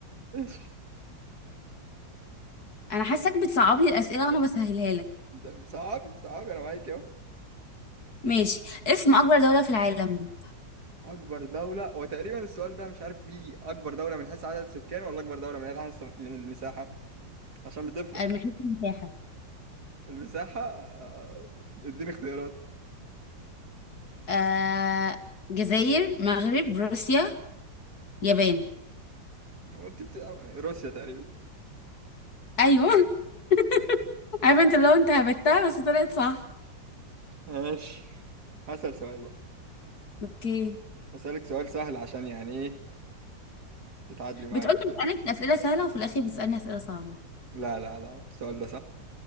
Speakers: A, on the right; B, on the left.
A: ماشي.
B: أنا حاسك بتصعب لي الأسئلة وأنا بسهلها لك
A: طب صعب صعب انا معاك اهو
B: ماشي اسم أكبر دولة في العالم
A: اكبر دولة هو تقريبا السؤال ده مش عارف فيه اكبر دولة من حيث عدد السكان ولا اكبر دولة من حيث حيث من المساحة عشان بتفرق
B: آه، من حيث المساحة
A: المساحة آه، اديني اختيارات
B: آه... جزائر مغرب روسيا يابان
A: هو انت بت... روسيا تقريبا
B: أيوة <laughs> عارفة أنت لو أنت هبتها بس طلعت صح
A: ماشي هسأل سؤال بقى
B: أوكي
A: هسألك سؤال سهل عشان يعني ايه تتعادلي معايا
B: بتقولي بسألك أسئلة سهلة وفي الآخر بتسألني أسئلة صعبة
A: لا لا لا السؤال ده سهل